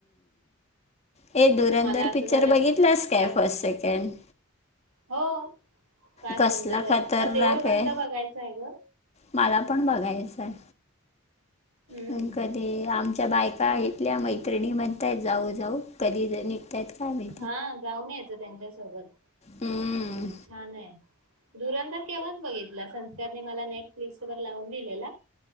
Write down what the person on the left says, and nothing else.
हे धुरंधर
पिक्चर
बघितलंस काय
फर्स्ट सेकंड
कसला
खतरनाक
आहे
मला पण बघायचं आहे
पण क ते आमच्या बायका इथल्या मैत्रिणी म्हणताय जाऊ जाऊ कधी जणी त्यात काय मी
हम्म.